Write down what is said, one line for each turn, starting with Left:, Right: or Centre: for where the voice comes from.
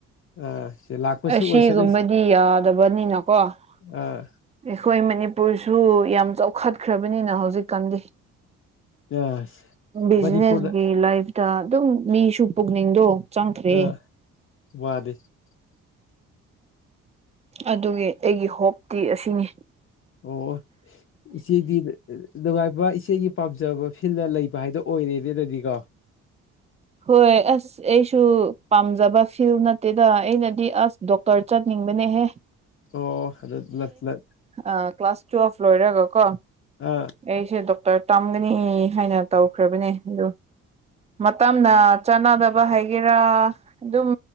Left: ꯑꯥ ꯁꯤ ꯂꯥꯛꯄꯁꯨ
Right: ꯑꯁꯤꯒꯨꯝꯕꯗꯤ
Left: ꯑꯣꯏꯁꯅꯨꯁꯤ
Right: ꯌꯥꯗꯕꯅꯤꯅꯀꯣ ꯑꯩꯈꯣꯏ
Left: ꯑꯥ
Right: ꯃꯅꯤꯄꯨꯔꯁꯨ ꯁꯨ ꯌꯥꯝ ꯆꯥꯎꯈꯠꯈ꯭ꯔꯕꯅꯤꯅ ꯍꯧꯖꯤꯛꯀꯥꯟꯗꯤ
Left: ꯑꯥ
Right: ꯕꯤꯖꯤꯅꯦꯁ
Left: ꯃꯅꯤꯄꯨꯔꯗ
Right: ꯂꯥꯏꯐꯇ ꯑꯗꯨꯝ ꯃꯤꯁꯨ ꯄꯨꯛꯅꯤꯡꯗꯣ ꯆꯪꯈ꯭ꯔꯦ
Left: <unintelligible>
Right: ꯑꯗꯨꯒꯤ ꯑꯩꯒꯤ ꯍꯣꯞꯇꯤ ꯑꯁꯤꯅꯤ
Left: ꯑꯣ ꯏꯆꯦꯗꯤ ꯅꯨꯡꯉꯥꯏ ꯏꯆꯦꯒꯤ ꯄꯥꯝꯖꯕ ꯐꯤꯜꯗ ꯂꯩꯕ ꯍꯥꯏꯗꯣ ꯑꯣꯏꯔꯦꯅꯦ ꯑꯗꯨꯗꯤꯀꯣ
Right: ꯍꯣꯏ ꯑꯁ ꯑꯩꯁꯨ ꯄꯥꯝꯖꯕ ꯐꯤꯜ ꯅꯠꯇꯦꯗ ꯑꯩꯅꯗꯤ ꯑꯁ ꯗꯣꯛꯇꯔ ꯆꯠꯅꯤꯡꯉ ꯕꯅꯦꯍꯦ
Left: ꯑꯣ ꯑꯗꯣ
Right: ꯑꯥ ꯀ꯭ꯂꯥꯁꯥꯁ ꯇꯨꯋꯦꯐ ꯂꯣꯏꯔꯒ ꯀꯣ
Left: ꯑꯥ
Right: ꯑꯩꯁꯦ ꯗꯣꯀꯇꯔ ꯇꯝꯒꯅꯤ ꯍꯥꯏꯅ ꯇꯧꯈ꯭ꯔꯕꯅꯦ ꯑꯗꯨ ꯇꯞꯅ ꯆꯟꯅꯗꯕ ꯍꯥꯏꯒꯦꯔꯥ ꯑꯗꯨꯝ